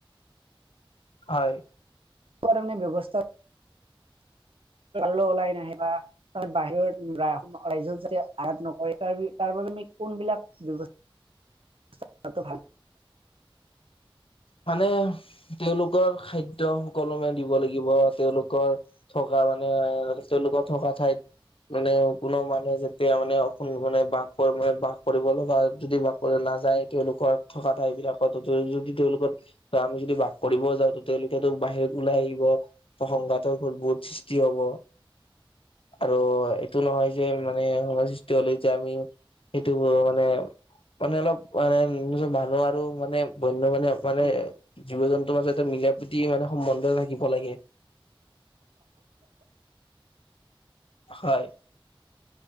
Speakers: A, on the left; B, on the right.
A: হয়
B: <inaudible> ব্যৱস্থাত লৈ ওলাই নাহে বা ত বাহিৰত ৰাইজক যাতে আঘাত নকৰে তাৰ তাৰ বাবে আমি কোনবিলাক ব্যৱস্থা কৰাটো ভাল।
A: মানে তেওঁলোকৰ খাদ্য সুকলমে দিব লাগিব তেওঁলোকৰ থকা মানে তেওঁলোকৰ থকা ঠাইত মানে থকা মানে কোনো মানুহে যেতিয়া মানে অ মানে বাস মানে বাস কৰিব লগা যদি বাস কৰিব নাযায় তেওঁলোকৰ থকা ঠাই বিলাকত যদি তেওঁলোকৰ ত আমি যদি বাস কৰিব যাওঁ তেওঁলোকেতো বাহিৰত ওলাই আহিব ত সংঘাতৰ বহুত সৃষ্টি হব আৰু এইটো নহয় যে মানে সংঘাত সৃষ্টি হলে আমি এইটো মানে মানে অলপ মানে মানুহৰো আৰু মানে বন্যপ্ৰাণী মানে জীৱ জন্তুৰ মাজতে মিল প্ৰীতি মানে সম্বন্ধ থাকিব লাগে। হয়।